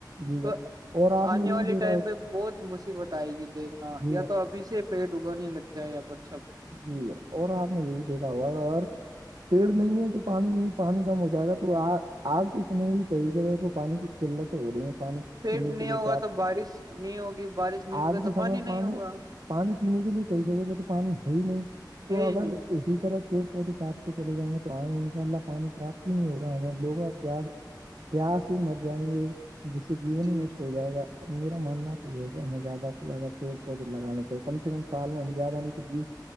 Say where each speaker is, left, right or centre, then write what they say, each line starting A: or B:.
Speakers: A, on the right; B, on the right.
A: جی
B: تو
A: جناب اور آپ
B: آنے
A: نے یہ
B: والے
A: بھی دیکھا
B: ٹائم
A: ہو
B: پہ بہت مصیبت آئے گی دیکھنا
A: جی
B: یا
A: جناب
B: تو ابھی سے پیٹ اگا نہیں لگ جائےیں اپن سب
A: جیر اور آپ نے یہ بھی دیکھا ہوگا اور پیڑ نہیں ہے تو پانی نہیں پانی کم ہو جائے گا تو آج کے سم میں بھی کئی جگہ کو پانی کی کیلا تو ہو رہی ہیں پانی
B: پیٹ
A: پینے
B: نہیں
A: کے لیے
B: ہوگا
A: پرپت
B: تو بارش نہیں ہوگی بارش نہیں ہوگا
A: آج کے
B: تو
A: سمے پانی
B: نہیں ہوگا
A: پانی پینے کے لیے کئی جگہوں پہ تو پانی ہے ہی نہیں تو
B: ہے
A: اگر
B: ہی نہیں
A: اسی طرح پیڑ پودے کاٹتے چل جائیں گے تو آئ گے انشاء اللہ پانی پراپت ہی نہیں ہوگا ہمیں لوگ پیاس پیاس ہی مر جائیں گے جس سے جیون
B: جی
A: ہی نشٹ ہو جائے گا اب میرا ماننا تو یہ ہے کہ ہمیں زیادہ سے زیادہ پیڑ پودے لگانے چاہیے کم سے کم سال میں ہم زیادہ نہیں تو بیس